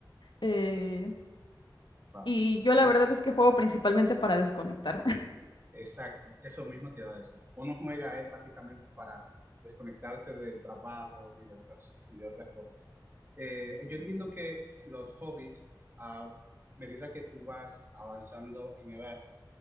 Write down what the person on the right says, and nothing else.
wow.
Yo,
exacto, eso mismo te iba a decir. Uno juega es básicamente para desconectarse del trabajo y de otras, y de otras cosas. Eh, yo entiendo que los hobbies, a medida que tú vas avanzando en edad,